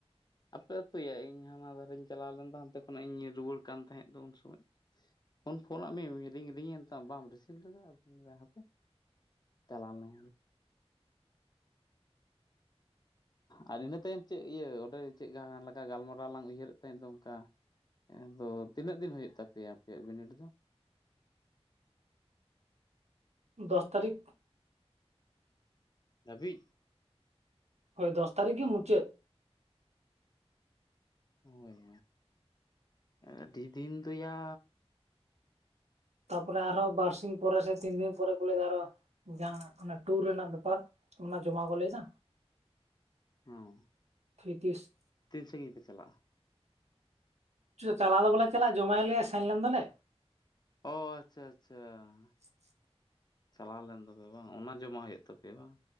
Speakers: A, on the left; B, on the right.
A: ᱟᱯᱮ ᱟᱛᱩᱭᱟ ᱤᱧ ᱦᱟᱱᱟ ᱫᱷᱟᱨᱮᱧ ᱪᱟᱞᱟᱣ ᱞᱮᱱ ᱫᱚ ᱦᱟᱱᱛᱮ ᱠᱷᱚᱱᱟᱜ ᱤᱧ ᱧᱤᱨ ᱨᱩᱣᱟᱹᱲ ᱠᱟᱱ ᱛᱟᱦᱮᱸᱫ ᱫᱚ ᱩᱱ ᱥᱚᱢᱚᱭ ᱯᱷᱚᱱ ᱯᱷᱳᱱᱟᱜ ᱢᱤᱧ ᱨᱤᱝ ᱮᱱ ᱛᱟᱢ ᱵᱟᱢ ᱨᱤᱥᱤᱵᱷ ᱞᱮᱫᱟ ᱟᱫᱚᱧ <unintelligible> ᱦᱟᱯᱮ ᱪᱟᱞᱟᱣᱱᱟ ᱟᱨ ᱤᱱᱟᱹ ᱛᱟᱭᱚᱢ ᱪᱮᱫ ᱤᱭᱟᱹ ᱚᱸᱰᱮ ᱪᱮᱫ ᱞᱮᱠᱟ ᱜᱟᱞᱢᱟᱨᱟᱣ ᱞᱟᱝ ᱩᱭᱦᱟᱹᱨᱮᱫ ᱛᱟᱦᱮᱸᱫ ᱫᱚ ᱚᱱᱠᱟ ᱟᱫᱚ ᱛᱤᱱᱟᱹᱜ ᱫᱤᱱ ᱦᱩᱭᱩᱜ ᱛᱟᱯᱮᱭᱟ ᱟᱯᱮᱭᱟᱜ ᱵᱤᱱᱤᱰ ᱫᱚ <inaudible>
B: ᱫᱚᱥ ᱛᱟᱹᱨᱤᱠᱷ
A: ᱫᱷᱟᱹᱵᱤᱡ
B: ᱦᱳᱭ ᱫᱚᱥ ᱛᱟᱹᱨᱤᱠᱷ ᱜᱮ ᱢᱩᱪᱟᱹᱫ
A: ᱦᱳᱭ ᱟᱹᱰᱤ ᱫᱤᱱ ᱫᱚᱭᱟ
B: ᱛᱟᱯᱚᱨᱮ ᱟᱨᱚ ᱵᱟᱨᱥᱤᱧ ᱯᱚᱨᱮ ᱥᱮ ᱛᱤᱱ ᱫᱤᱱ ᱯᱚᱨᱮ ᱠᱩ ᱞᱟᱭ ᱫᱟ ᱟᱨᱚ ᱡᱟᱦᱟᱸ ᱚᱱᱟ ᱴᱩᱨ ᱨᱮᱱᱟᱜ ᱵᱮᱯᱟᱨ ᱚᱱᱟ ᱡᱚᱢᱟ ᱠᱚ ᱞᱟᱹᱭᱮᱫᱟ
A: ᱦᱮᱸ
B: <unintelligible> ᱛᱷᱭᱛᱤᱥ
A: ᱛᱤᱱ ᱥᱟᱺᱜᱤᱧ ᱯᱮ ᱪᱟᱞᱟᱜᱼᱟ
B: ᱪᱟᱞᱟᱣ ᱫᱚ ᱵᱚᱞᱮ ᱪᱟᱞᱟᱜᱼᱟ ᱡᱚᱢᱟᱭᱟᱞᱮ ᱥᱮᱱ ᱞᱮᱱ ᱫᱚᱞᱮ
A: ᱚ ᱟᱪᱷᱟ ᱟᱪᱷᱟ
B: <inaudible>
A: ᱪᱟᱞᱟᱣ ᱞᱮᱱ ᱫᱚᱯᱮ ᱵᱟᱝ ᱚᱱᱟ ᱡᱚᱢᱟ ᱦᱩᱭᱩᱜ ᱛᱟᱯᱮᱭᱟ ᱵᱟᱝ